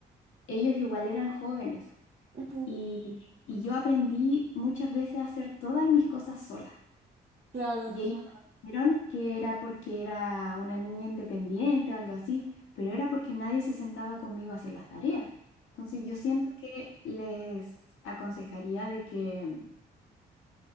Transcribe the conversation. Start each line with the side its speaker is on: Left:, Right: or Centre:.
Left: ellos igual eran jóvenes
Right: ujú,
Left: y, y yo aprendí muchas veces a hacer todas mis cosas sola.
Right: Claro, entiendo.
Left: Y ellos dijeron que era porque era una niña independiente o algo así, pero era porque nadie se sentaba conmigo a hacer las tareas. Entonces yo siento que les aconsejaría de que,